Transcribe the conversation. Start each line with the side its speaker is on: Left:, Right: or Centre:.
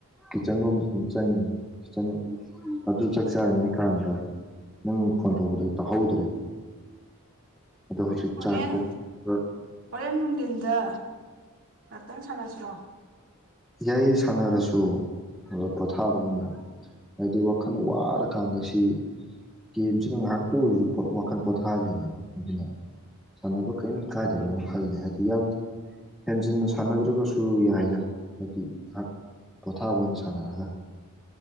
Centre: ꯀꯤꯠꯆꯟ ꯔꯣꯝꯗ ꯑꯗꯨꯝ ꯆꯪꯉꯦꯕ ꯀꯤꯠꯆꯟꯣ ꯑꯗꯨ ꯆꯥꯛꯆꯥꯔꯤꯉꯩ ꯀꯥꯟꯗ ꯅꯪ ꯐꯣꯟ ꯇꯧꯕꯗ ꯑꯩ ꯇꯥꯍꯧꯗ꯭ꯔꯦꯕ ꯑꯗꯣ ꯍꯧꯖꯤꯛ
Right: ꯑꯣꯣꯔꯦꯟꯦꯟ
Centre: ꯆꯥꯛ ꯇꯣꯛꯄ
Right: ꯑꯣꯣꯔꯦꯟꯅ ꯎꯗꯤꯗ ꯉꯥꯛꯇꯪ ꯁꯥꯟꯅꯁꯤꯔꯣ
Centre: ꯌꯥꯏꯌꯦ ꯁꯥꯟꯅꯔꯁꯨ ꯄꯣꯊꯥꯕ ꯑꯣꯏꯅ ꯍꯥꯏꯗꯤ ꯋꯥꯈꯜ ꯋꯥꯔꯀꯥꯟꯗ ꯁꯤ ꯒꯦꯝꯁꯤꯅ ꯉꯥꯏꯍꯥꯛꯇ ꯑꯣꯏꯔꯁꯨ ꯋꯥꯈꯜ ꯄꯣꯊꯥꯍꯜꯂꯤꯅꯦꯕ ꯑꯗꯨꯅ ꯁꯥꯟꯅꯕ ꯀꯔꯤꯝ ꯀꯥꯏꯗꯕ꯭ꯔꯅ ꯈꯜꯂꯦ ꯍꯥꯏꯗꯤ ꯌꯥꯝ ꯍꯦꯟꯖꯤꯟꯅ ꯁꯥꯟꯅꯗ꯭ꯔꯒꯁꯨ ꯌꯥꯏꯗ ꯍꯥꯏꯗꯤ ꯉꯥꯏꯍꯥꯛ ꯄꯣꯊꯥꯕ ꯑꯣꯏꯅ ꯁꯥꯟꯅꯔꯒ